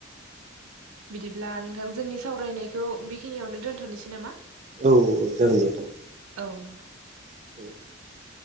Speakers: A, on the right (about 85°); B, on the right (about 35°).
A: बिदिब्ला नोंथां जोंनि सावरायनायखौ बेखिनियावनो दोनथ'नोसै नामा?
B: औ औ जागोन नोथां।
A: औ नोंथां।
B: <inaudible>